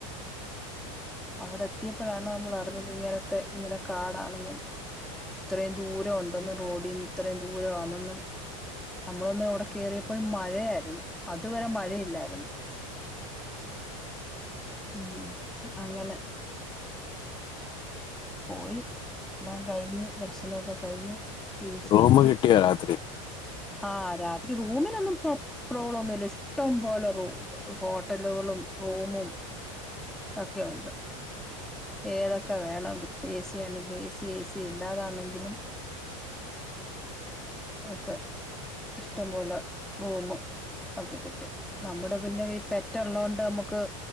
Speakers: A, in the centre; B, on the left (about 30°).
A: അവിടെ എത്തിപ്പോഴാണ് നമ്മള് അറിഞ്ഞത് ഇങ്ങനത്തെ ഇങ്ങനെ കാടാണെന്നും ഇത്രയും ദൂരം ഒണ്ടന്നും റോഡിന്ന് ഇത്രയും ദൂരവാന്നെന്നും നമ്മളൊന്ന് അവ്ടെ കേറിയപ്പഴും മഴയായ്രുന്ന്. അതുവരെ മഴയില്ലായിര്ന്നു. ഉം അങ്ങനെ പോയി ല്ലാം കഴിഞ്ഞു ദർശനൊക്കെ കഴിഞ്ഞു തിരിച്ചെത്തി.
B: റൂം കിട്ടിയോ രാത്രി
A: ആഹ് രാത്രി റൂമിനൊന്നും പ്രോ പ്രോബ്ളം ഒന്നുല്ല ഇഷ്ടം പോലെ റൂം ഹോ ട്ടലുകളും റൂമും ഒക്കെ ഉണ്ട്. ഏതൊക്കെ വേണങ്കി ഏ സി ആന്നെങ്കി ഏ സി ഏ സി ഇല്ലാതാന്നെങ്കിലും ഓക്കെ ഇഷ്ടം പോലെ റൂമ് ഒക്കെ കിട്ടി നമ്മുടെ പിന്നെ ഈ പെറ്റള്ളോണ്ട് നമുക്ക്